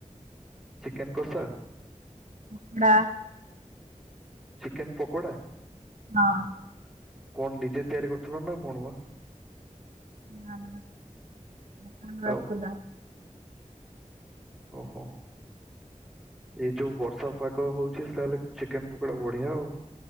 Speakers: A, in the centre; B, on the right.
A: ଚିକେନ୍ କସା?
B: କଙ୍କଡ଼ା।
A: ଚିକେନ ପକୋଡ଼ା?
B: ହଁ।
A: କଣ ନିଜେ ତିଆରି କରିଥିଲ ନା କଣ ବା?
B: ନା ନା ଦୋକାନରୁ
A: ଆଉ
B: ଆସିଥିଲା।
A: ଓହୋ ଏଇ ଯୋଉ ବର୍ଷା ପାଗ ହଉଛି ତାହେଲେ ଚିକେନ ପକୋଡା ବଢିଆ ଆଉ।